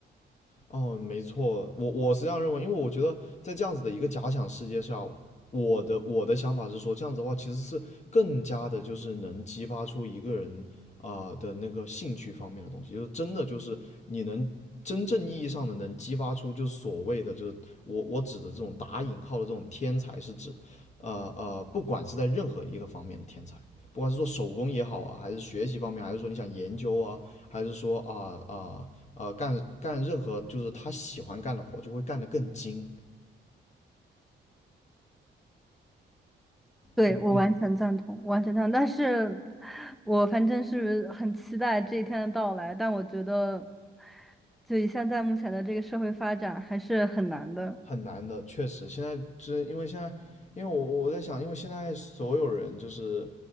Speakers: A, on the left; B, in the centre.
A: 哦，没错，我我是这样认为，因为我觉得在这样子的一个假想世界上，我的我的想法是说，这样子的话其实是更加的，就是能激发出一个人啊、的那个兴趣方面的东西，就是真的就是你能真正意义上的能激发出，就是所谓的就是我我指的这种打引号的这种天才，是指呃呃，不管是在任何一个方面的天才。不管是做手工也好啊，还是学习方面，还是说你想研究啊，还是说啊啊、呃，干干任何就是他喜欢干的活，就会干得更精。
B: 对，
A: 嗯嗯，
B: 我完全赞同，我完全赞同。但是，我反正是很期待这一天的到来，但我觉得，就以现在目前的这个社会发展，还是很难的。
A: 很难的，确实。现在就是因为现在，因为我我在想，因为现在所有人就是